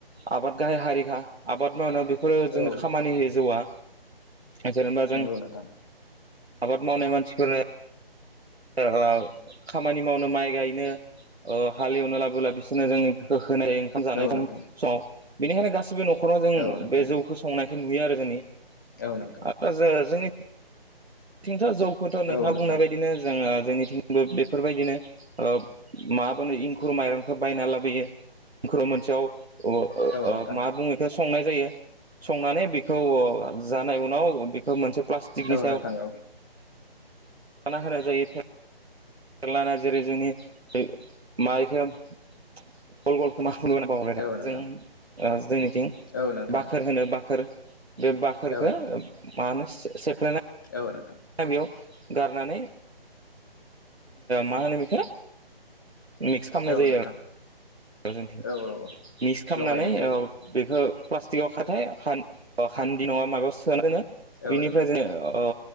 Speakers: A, on the right (about 85°); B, on the left (about 20°).
A: आबाद गाहाय हारिखा आबाद मावनायाव। फोर जों
B: औ
A: बे जौआ। जेनेबा जों
B: नंगौ नोंथां
A: आबाद मावनाय मानसिफोरनो <inaudible> खामानि मावनो माइ गायनो ओ हालेवनो लाबोना बिसोरनो जौफोरखौ होनाय ओंखाम जानाय
B: औ
A: सम
B: नोंथां
A: समाव बेनिखायनो गासै सैबो नखराव जों
B: औ नोंथां
A: बे जौखौ संनाय बेखो नुयो आरो जोंनि
B: औ नोंथां
A: आ जोङो जोंनि थिंथ' जौ खौथ नोंथाङा
B: औ नोंथां
A: बुंनाय बायदिनो जोङो जोंनिथिंबो बेफोरबायदिनो ओ माब ओनो इंखुर माइरंखौ बायना लाबोयो। <unintelligible> मोनसेयाव ओ
B: औ
A: ओ
B: नोंथां
A: मा बुङो बेखौ संनाय जायो संनानै बेखौ जानाय उनाव बेखौ मोनसे प्लास्टिकनि
B: औ
A: सायाव
B: नोंथां औ।
A: लाना होनाय जायो। फेरला ना जेरै जोंनि ओ माइखो गल गल खोमा खुलुमा बावबाय
B: औ नोंथां
A: जों ओ जोंनि थिं
B: औ नोंथां
A: बाखोर होनो बाखोर। बे बाखोरखौ
B: औ नोंथां
A: मा होनो सेफ्लेना
B: औ नोंथां।
A: बेयाव गारनानै मा होनो बेखो मिक्स खालामनाय
B: औ
A: जायो
B: नोंथां
A: आरो।
B: औ औ
A: मिक्स खालामनानै
B: लगायनाय जायो
A: ओ बेखो प्लास्टिकआव खाथाय हान-हान्दि नङा माबायाव सोना दोनो।
B: औ
A: बिनिफ्राय
B: नोंथां
A: जोङो अ